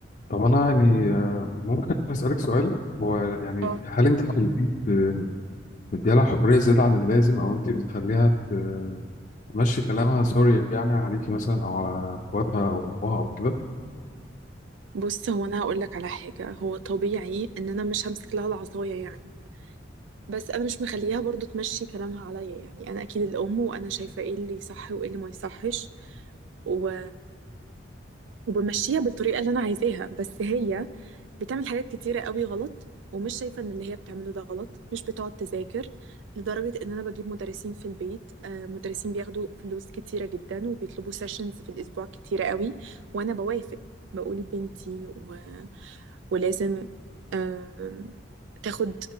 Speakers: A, on the left; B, on the right.
A: طب انا يعني آه، ممكن اسالك سؤال هو يعني
B: اه
A: هل انت في البيت آه، مديها لها حريه زياده عن اللازم او انت بتخليها ت- تمشي كلامها سوري يعني عليكي مثلا او على اخواتها او ابوها او كده
B: بص هو انا هقول لك على حاجة هو طبيعي ان انا مش همسك لها العصاية يعني بس انا مش مخليها برضو تمشي كلامها عليا يعني انا اكيد الام وانا شايفة ايه اللي صح وايه اللي ما يصحش و... وبمشيها بالطريقة اللي انا عايزاها بس هي بتعمل حاجات كتيرة قوي غلط ومش شايفة ان اللي هي بتعمله ده غلط مش بتقعد تذاكر لدرجة ان انا بجيب مدرسين في البيت آه، مدرسين بياخدوا فلوس كتيرة جدا وبيطلبوا سيشنز في الاسبوع كتيرة قوي وانا بوافق بقول بنتي و... ولازم آم، تاخد